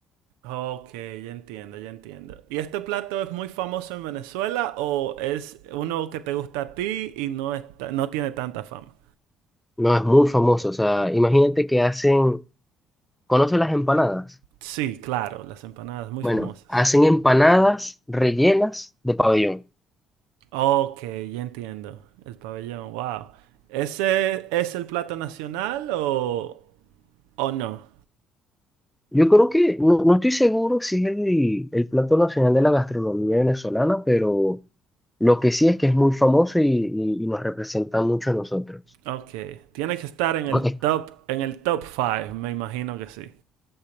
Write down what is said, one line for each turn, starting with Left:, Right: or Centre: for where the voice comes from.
Right: Ok, ya entiendo, ya entiendo. ¿Y este plato es muy famoso en Venezuela o es uno que te gusta a ti y no está, no tiene tanta fama?
Centre: No, es muy famoso. O sea, imagínate que hacen, ¿conoces las empanadas?
Right: Sí, claro, las empanadas muy
Centre: Bueno,
Right: famosas.
Centre: hacen empanadas rellenas de pabellón.
Right: Ok, ya entiendo. El pabellón, wow. ¿Ese es el plato nacional o, o no?
Centre: Yo creo que, no, no estoy seguro si es el, el plato nacional de la gastronomía venezolana, pero lo que sí es que es muy famoso y, y- y nos representa mucho a nosotros.
Right: Ok, tiene que estar en el
Centre: No, Es-
Right: top, en el top 5, me imagino que sí.